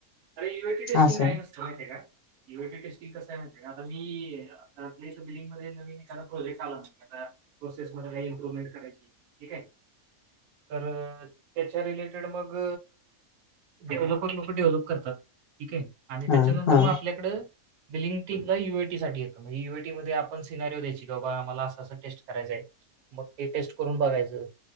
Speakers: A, on the right; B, on the left.
A: अरे यूएटी टेस्टिंग
B: असं
A: काय नसतं? माहीतआहे का? युएटी टेस्टिंग कस आहे, माहिती का? बिलिंग मध्ये नवीन एखादा प्रोजेक्ट आला, आ प्रोसेस मध्ये काही इम्प्रवमेंट करायची. ठीक आहे, तर त्याच्या रिलेटेड मग डेव्हलपरं लोक डेव्हलप करतात, ठीक आहे, आणि त्याच्यानंतर
B: हा हा
A: मग आपल्याकडं बिलिंग टीमला युएटीसाठीे येतं म्हणजे, युएटी मध्ये आपण सिनारियो द्यायची की, बाबा, आमला असं-असं टेस्ट करायचं आहे. मग ते टेस्ट करून बघायचं,